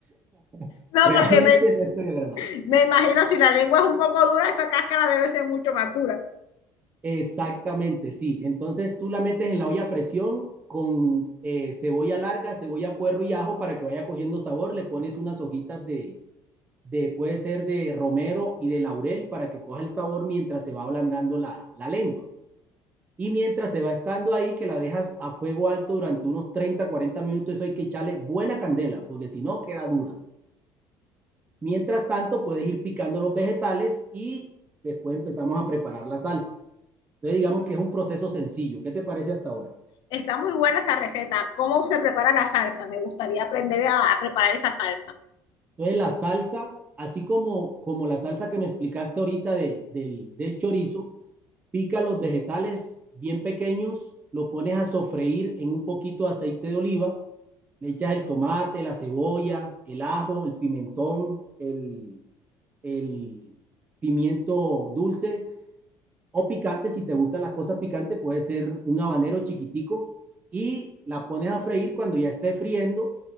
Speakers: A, on the right (about 20°); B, on the left (about 65°).
A: <laughs>
B: No,
A: Realmente
B: porque me,
A: no es tan agradable.
B: me imagino si la lengua es un poco dura, esa cáscara debe ser mucho más dura.
A: Exactamente, sí. Entonces tú la metes en la olla a presión con eh, cebolla larga, cebolla puerro y ajo para que vaya cogiendo sabor. Le pones unas hojitas de, de, puede ser de romero y de laurel para que coja el sabor mientras se va ablandando la, la lengua. Y mientras se va estando ahí, que la dejas a fuego alto durante unos 30, 40 minutos, eso hay que echarle buena candela, porque si no, queda dura. Mientras tanto, puedes ir picando los vegetales y después empezamos a preparar la salsa. Entonces, digamos que es un proceso sencillo. ¿Qué te parece hasta ahora?
B: Está muy buena esa receta. ¿Cómo se prepara la salsa? Me gustaría aprender a, a preparar esa salsa.
A: Entonces, la salsa, así como, como la salsa que me explicaste ahorita de, del, del chorizo, pica los vegetales bien pequeños, lo pones a sofreír en un poquito de aceite de oliva le echas el tomate, la cebolla, el ajo, el pimentón, el, el pimiento dulce o picante, si te gustan las cosas picantes, puede ser un habanero chiquitico y la pones a freír cuando ya esté friendo,